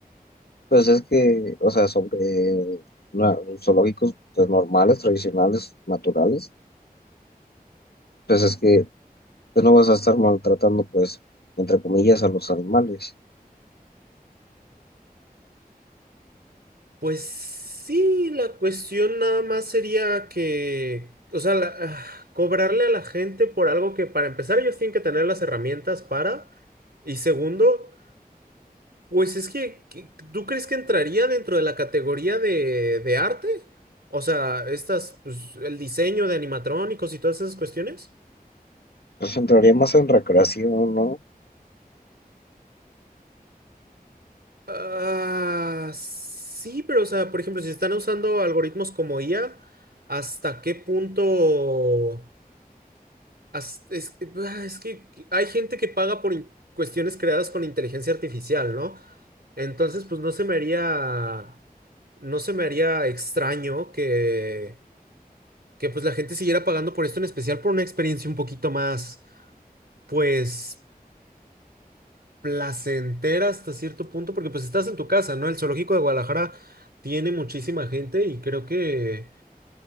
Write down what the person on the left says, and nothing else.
pues es que, o sea, sobre na- zoológicos pues normales, tradicionales, naturales, pues es que pues, no vas a estar maltratando pues entre comillas a los animales.
Pues entraría más en recreación, ¿no?